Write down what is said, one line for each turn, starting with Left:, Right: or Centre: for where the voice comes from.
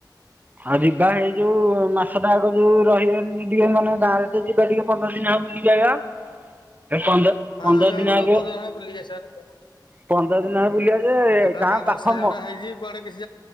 Right: ହଁ ଯିବା ଏଇ ଯୋଉ ମାସଟା ଆଗ ଯୋଉ ରହିଗନି ଟିକେ ମାନେ ଗାଁରେ ତ ଯିବା ଟିକେ। ପନ୍ଦର ଦିନ ହବ ବୁଲି ଆଇଲା ଏ ପନ୍ଦର
Left: ହଁ
Right: ପନ୍ଦର
Left: ଏ ଜାଗାକୁ
Right: ଆଗେ
Left: ଏ ବର୍ଷ ପନ୍ଦର ଦିନ ହେଲାଣି ବୁଲିକି ଆଶିସାରିଲାଣି।
Right: ପନ୍ଦର ଦିନ ହେଲା ବୁଲିବା ଯେ
Left: ଯିବା
Right: ଗାଁ
Left: ବର୍ଷା
Right: ପାଖ
Left: ଦିନଟା
Right: ମ
Left: ହେଇଛି କୁଆଡେ କିଛି